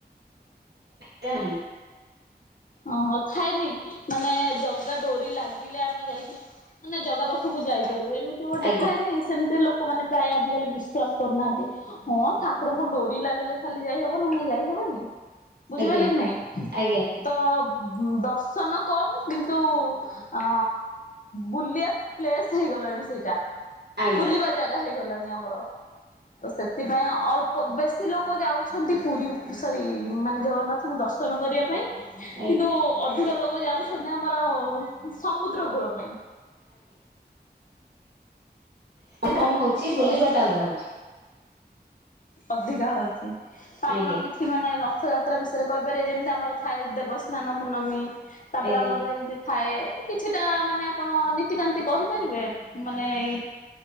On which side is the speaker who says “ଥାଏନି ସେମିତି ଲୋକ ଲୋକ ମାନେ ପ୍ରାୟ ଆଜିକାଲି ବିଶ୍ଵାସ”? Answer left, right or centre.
Left